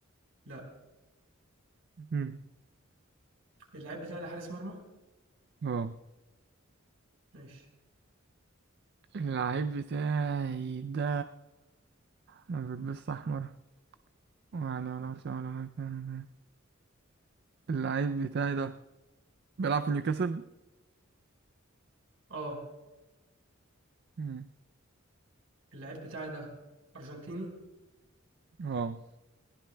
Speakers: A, on the right; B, on the right.
A: لا
B: مم.
A: اللعيب بتاعي ده حارس مرمى
B: اه
A: ماشي
B: اللعيب بتاعي ده ما بيلبسش أحمر يعني ولا أرسنال ولا مكان اللعيب بتاعي ده بيلعب في نيوكاسل
A: اه
B: مم.
A: اللعيب بتاعي ده ارجنتيني
B: اه